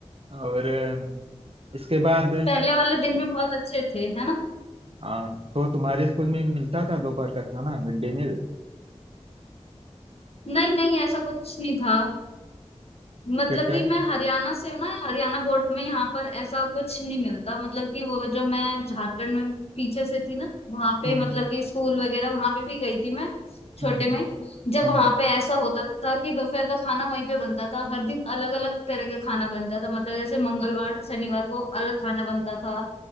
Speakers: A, on the right; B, on the left.
A: और अम, इसके बाद
B: पहले वाले दिन भी बहुत अच्छे थे है ना
A: हाँ तो तुम्हारे स्कूल में मिलता था दोपहर का खाना मिड डे मील
B: नहीं नहीं ऐसा कुछ नहीं था मतलब
A: क्या
B: कि मैं हरियाणा से हूँ ना हरियाणा बोर्ड में यहाँ पर ऐसा कुछ नहीं मिलता मतलब कि वो जो मैं झारखंड में पीछे से थी ना वहां पे
A: हम्म
B: मतलब कि स्कूल वगैरह वहां पे भी गई थी मैं छोटे
A: हम्म
B: में जब
A: हम्म
B: वहां पे ऐसा होता था कि दोपहर का खाना वहीं पे बनता था हर दिन अलग अलग तरह का खाना बनता था मतलब जैसे मंगलवार शनिवार को अलग खाना बनता था